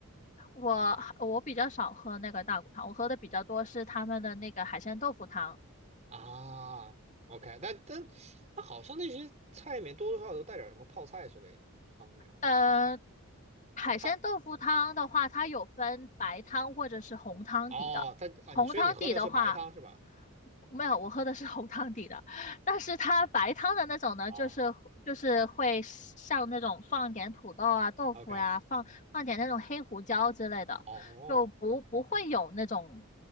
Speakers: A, on the left (about 35°); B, on the right (about 30°).
A: 我我比较少喝那个大骨汤，我喝的比较多是他们的那个海鲜豆腐汤。
B: 啊。OK，但但但好像那些菜里面多多少少都带点什么泡菜之类的，汤里面好像
A: 呃，海鲜豆腐汤的话，
B: 它
A: 它有分白汤或者是红汤底的。
B: 哦它啊你所以你喝的是白汤是吧？
A: 红汤底的话，没有，我喝的是红汤底的。但是它白汤的那种呢，
B: 啊
A: 就是就是会像那种放点土豆啊、豆腐呀、
B: ，OK，
A: 放放点那种黑胡椒之类的，
B: 哦，
A: 就不不会有那种